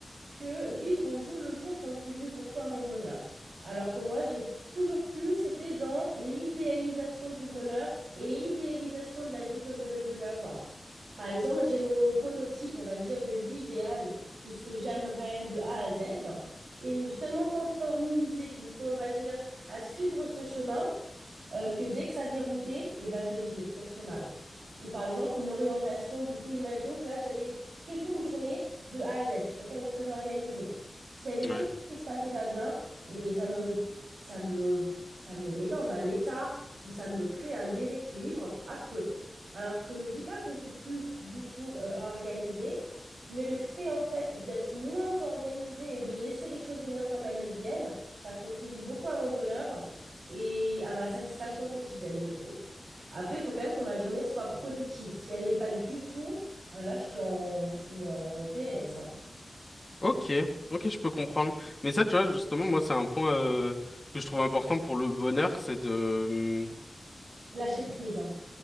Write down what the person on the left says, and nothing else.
Ouais.
Ok, ok, je peux comprendre. Mais ça, tu vois, justement, moi, c'est un point euh, que je trouve important pour le bonheur, c'est de...